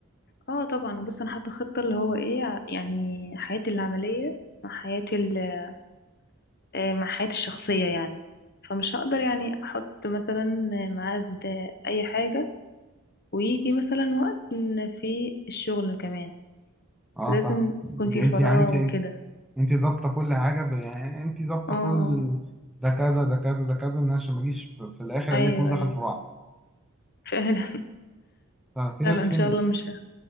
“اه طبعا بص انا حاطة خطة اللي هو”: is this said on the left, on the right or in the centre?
Left